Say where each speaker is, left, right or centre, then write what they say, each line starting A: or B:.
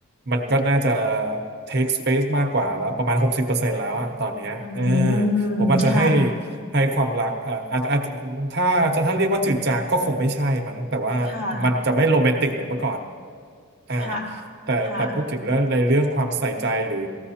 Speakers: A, on the right (about 45°); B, on the left (about 40°).
A: มันก็น่าจะ take space มากกว่าแล้วประมาณหกสิบเปอร์เซ็นต์แล้วอะตอนเนี้ยเออ
B: อืม
A: ผมอาจจะให้
B: ค่ะ
A: ให้ความรักอ่าอาจอาจถ้าจะถ้าเรียกว่าจืดจางก็คงไม่ใช่มั้งแต่ว่ามันจะไม่โรแมนติกเหมือนเมื่อก่อน
B: ค่ะ
A: อ่า
B: ค่ะ
A: แต่แต่พูดถึงเรื่องในเรื่องความใส่ใจหรือ
B: ค่ะ